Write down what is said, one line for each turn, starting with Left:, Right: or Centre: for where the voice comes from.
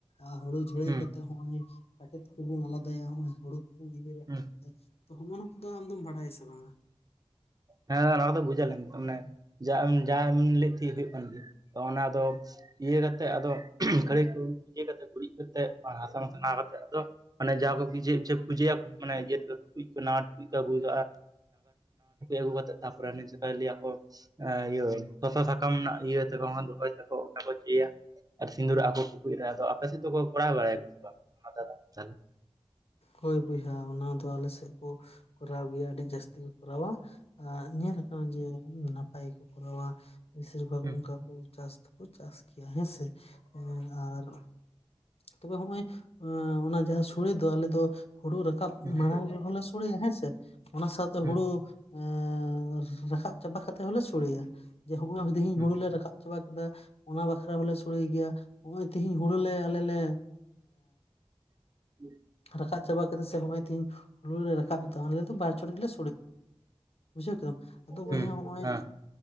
Left: ᱟᱨ ᱦᱩᱲᱩ ᱡᱷᱟᱹᱲᱟᱹᱭ
Right: ᱦᱩᱸ
Left: ᱠᱟᱛᱮ ᱦᱚᱸᱜᱚᱭ ᱠᱟᱴᱮᱫ ᱠᱩᱵᱤᱱ ᱟᱞᱟᱫᱟᱭᱟ ᱦᱚᱜᱚᱭ ᱦᱩᱲᱩ ᱠᱚᱵᱚᱱ ᱤᱭᱟᱹ
Right: ᱦᱩᱸ
Left: ᱛᱚ ᱡᱚᱛᱚ ᱱᱟ ᱫᱚ ᱟᱢᱫᱚᱢ ᱵᱟᱰᱟᱭᱟ ᱥᱮ ᱵᱟᱝᱟ?
Right: ᱦᱮᱸ ᱫᱟ ᱚᱱᱟ ᱠᱚᱫᱚ ᱵᱩᱡᱟ ᱞᱤᱧ ᱛᱚ ᱢᱟᱱᱮ ᱡᱟ ᱡᱟ ᱞᱟᱹᱭ ᱛᱮᱦᱮᱫ ᱦᱩᱭᱩᱜ ᱠᱟᱱ ᱜᱮ ᱛᱚ ᱚᱱᱟ ᱫᱚ ᱤᱭᱟᱹ ᱠᱟᱛᱮᱜ ᱟᱫᱚ ᱠᱷᱟᱹᱲᱤ ᱠᱩ ᱤᱭᱟᱹ ᱠᱟᱛᱮ ᱜᱩᱨᱤᱡ ᱠᱟᱛᱮᱜ ᱦᱟᱥᱟᱱᱠᱚ ᱥᱟᱱᱟᱣ ᱠᱟᱛᱮ ᱟᱫᱚ ᱢᱟᱱᱮ ᱡᱟ ᱯᱩᱡᱟᱹᱭᱟ ᱢ ᱤᱭᱟᱹ ᱴᱠᱩᱡ <unintelligible> ᱴᱩᱠᱩᱡ ᱟᱜᱩ ᱠᱟᱛᱮᱛ ᱛᱟᱯᱚᱨᱮ <unintelligible> ᱞᱟᱹᱭᱟ ᱠᱚ ᱮᱸ ᱤᱭᱟᱹ ᱥᱚᱥᱚ ᱥᱟᱠᱟᱢ ᱨᱮᱱᱟᱜ ᱤᱭᱟᱹ ᱛᱮᱠᱚ ᱫᱚᱦᱚᱭ ᱛᱮᱠᱚ ᱚᱱᱠᱟ ᱠᱚ ᱪᱟᱹᱭᱟ ᱟᱨ ᱥᱤᱸᱫᱩᱨᱟᱜ-ᱟ ᱠᱚ ᱴᱩᱠᱩᱡ ᱨᱮ, ᱟᱫᱚ ᱟᱯᱮ ᱥᱮᱫ ᱫᱚᱠᱚ ᱠᱚᱨᱟᱣ ᱵᱟᱲᱟᱭᱟ ᱠᱚ ᱥᱮ ᱵᱟ ᱚᱱᱟ ᱫᱟᱫᱟ ᱛᱟᱦᱞᱮ?
Left: ᱦᱳᱭ ᱵᱚᱭᱦᱟ ᱚᱱᱟ ᱫᱚ ᱟᱞᱮ ᱥᱮᱫ ᱠᱚ ᱠᱚᱨᱟᱣ ᱜᱮᱭᱟ ᱟᱹᱰᱤ ᱡᱟᱹᱥᱛᱤ ᱠᱚ ᱠᱚᱨᱟᱣᱟ, ᱟᱨ ᱧᱮᱞ ᱟᱠᱟᱱᱟ ᱡᱮ ᱱᱟᱯᱟᱭ ᱜᱮᱠᱚ ᱠᱚᱨᱟᱣᱟ ᱵᱮᱥᱤᱨ ᱵᱷᱟᱜ
Right: ᱦᱩᱸ
Left: ᱚᱱᱠᱟ ᱠᱚ ᱪᱟᱥ ᱫᱚᱠᱚ ᱪᱟᱥ ᱜᱮᱭᱟ ᱦᱮᱸᱥᱮ ᱟᱨ ᱛᱚᱵᱮ ᱦᱚᱸᱜ-ᱚᱭ ᱚᱱᱟ ᱡᱟᱦᱟᱸ ᱥᱚᱲᱮ ᱫᱚ ᱟᱞᱮ ᱫᱚ ᱦᱩᱲᱩ ᱨᱮ ᱠᱟ
Right: ᱦᱩᱸ ᱦᱩᱸ
Left: ᱢᱟᱲᱟᱝ
Right: ᱦᱩᱸ
Left: ᱨᱮᱦᱚᱞᱮ ᱥᱚᱲᱮᱭᱟ ᱦᱮᱸᱥᱮ ᱚᱱᱟ ᱥᱟᱶᱛᱮ
Right: ᱦᱩᱸ
Left: ᱦᱩᱲᱩ᱾ ᱦᱮᱸ ᱨᱟᱠᱟᱵ ᱪᱟᱵᱟ ᱠᱟᱛᱮ ᱦᱚᱸᱞᱮ ᱥᱚᱲᱮᱭᱟ ᱡᱮ ᱦᱚᱜ-ᱚᱭ ᱛᱤᱦᱤᱧ
Right: ᱦᱩᱸ
Left: ᱦᱩᱲᱩ ᱨᱟᱠᱟᱵ ᱪᱟᱵᱟ ᱠᱮᱫᱟ ᱚᱱᱟ ᱵᱟᱠᱷᱨᱟ ᱦᱚᱸᱞᱮ ᱥᱩᱲᱟᱭ ᱜᱮᱭᱟ ᱱᱚ-ᱚᱭ ᱛᱤᱦᱤᱧ ᱦᱩᱲᱩᱞᱮ ᱟᱞᱮ ᱞᱮ
Right: <unintelligible>
Left: ᱨᱟᱠᱟᱵ ᱪᱟᱵᱟ ᱠᱮᱫᱟ ᱥᱮ ᱦᱚᱜ ᱚᱚᱭ ᱛᱤᱦᱤᱱ ᱦᱩᱲᱩ ᱞᱮ ᱨᱟᱠᱟᱵ ᱮᱫᱟ ᱟᱞᱮ ᱫᱚ ᱵᱟᱨ ᱪᱷᱚᱴ ᱜᱮᱞᱮ ᱵᱩᱡᱷᱟᱹᱣ ᱠᱮᱫᱟᱢ ᱟᱫᱚ ᱵᱚᱭᱦᱟ
Right: ᱦᱩᱸ
Left: ᱦᱚᱜ-ᱚᱭ
Right: ᱦᱮᱸ